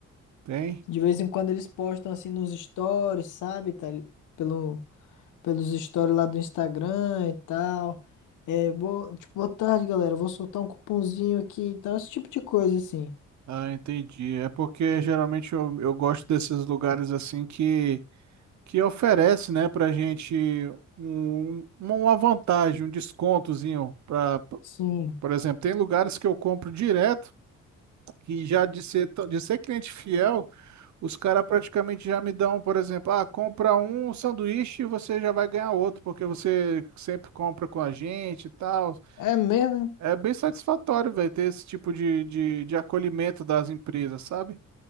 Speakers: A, on the right; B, on the left.
A: Tem.
B: De vez em quando eles postam assim nos stories, sabe? Tá, li- pelo, pelos stories lá do Instagram e tal. É, boa, tipo, boa tarde, galera. Vou soltar um cupomzinho aqui e tal. Esse tipo de coisa, assim.
A: Ah, entendi. É porque geralmente eu, eu gosto desses lugares assim que, que oferece, né, pra gente um, uma vantagem, um descontozinho. Pra,
B: Sim.
A: por exemplo, tem lugares que eu compro direto e já de ser, t- de ser cliente fiel, os caras praticamente já me dão, por exemplo, ah, compra um sanduíche e você já vai ganhar outro, porque você sempre compra com a gente e tal.
B: É mesmo? né?
A: É bem satisfatório, velho, ter esse tipo de, de, de acolhimento das empresas, sabe?